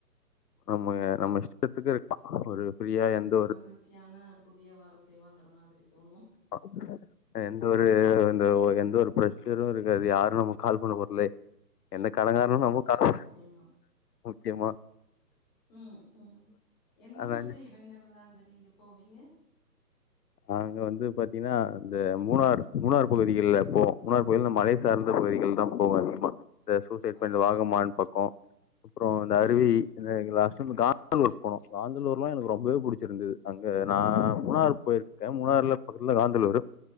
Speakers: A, on the left; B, on the left.
A: ஆமாங்க நம்ம இஷ்டத்துக்கு இருக்கலா ஒரு ஃப்ரீயா எந்த
B: ஒரு மகிழ்ச்சியான புதிய வாழ்க்கை வாழ்ற மாதிரி தோணு
A: அ ஆ எந்த ஒரு இந்த எந்த ஒரு பிரஷ்ஷரு இருக்காது யாரு நமக்கு கால் பண்ண போறதில்ல எந்த கடங்காரனு
B: நிச்சயமா
A: நமக்கு கால் பண்ண
B: நிச்சயமா
A: முக்கியமா
B: ம் ம் எந்த
A: அதனால
B: மாதிரி இடங்கல்லா அங்க நீங்க போவீங்க?
A: நாங்க வந்து பாத்தீங்கன்னா இந்த மூணார் மூணார் பகுதிகள்லா போவோ மூணார் பகுதில இந்த மலை சார்ந்த பகுதிகள்தா போவோ அதிகமா இந்த சூசைட்
B: ஓ
A: பாய்ண்ட் இந்த வாகமான் பக்கோ அப்றோ இந்த
B: ம்
A: அருவி
B: ம்
A: இந்த
B: ம்
A: இங்க லாஸ்ட் டைம் கா காந்தளூர்க்கு போனோ காந்தளூர்லா எனக்கு ரொம்பவே புடிச்சிருந்தது அங்க நா மூணார் போய்ரு க்கே மூணாறுல பக்கத்துல காந்தளூரு